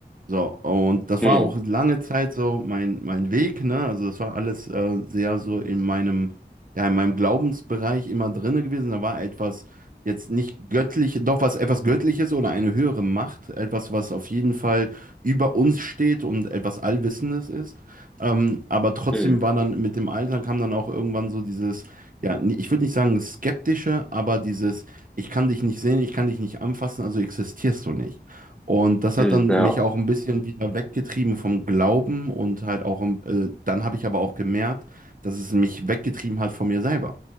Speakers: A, on the right; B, in the centre.
A: So, und das
B: hm,
A: war auch lange Zeit so mein, mein Weg, ne? Also das war alles äh, sehr so in meinem, ja, in meinem Glaubensbereich immer drinne gewesen. Da war etwas jetzt nicht göttlich, doch was etwas Göttliches oder eine höhere Macht, etwas, was auf jeden Fall über uns steht und etwas Allwissendes ist. Ähm, aber trotzdem
B: hm,
A: war dann mit dem Alter kam dann auch irgendwann so dieses, ja, n- ich würde nicht sagen skeptische, aber dieses, ich kann dich nicht sehen, ich kann dich nicht anfassen, also existierst du nicht. Und das hat
B: hm,
A: dann
B: ja.
A: mich auch ein bisschen wieder weggetrieben vom Glauben und halt auch, ähm, äh, dann habe ich aber auch gemerkt, dass es mich weggetrieben hat von mir selber.